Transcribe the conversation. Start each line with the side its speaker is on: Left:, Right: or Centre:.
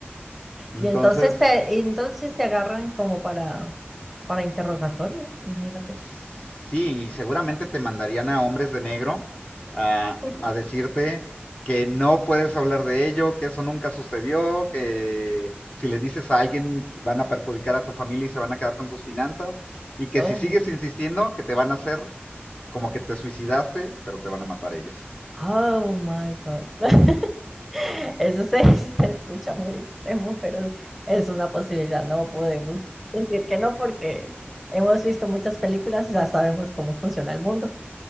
Left: entonces
Centre: Y entonces te, y entonces te agarran como para, para interrogatorio, imagínate.
Left: Sí, y seguramente te mandarían a hombres de negro a,
Centre: <laughs>
Left: a decirte que no puedes hablar de ello, que eso nunca sucedió, que si le dices a alguien van a perjudicar a tu familia y se van a quedar con tus finanzas, y que
Centre: Oh,
Left: si sigues insistiendo, que te van a hacer como que te suicidaste, pero te van a matar ellos.
Centre: oh my God. <laughs> Eso se, se escucha muy extremo, pero es una posibilidad. No podemos decir que no porque hemos visto muchas películas y ya sabemos cómo funciona el mundo.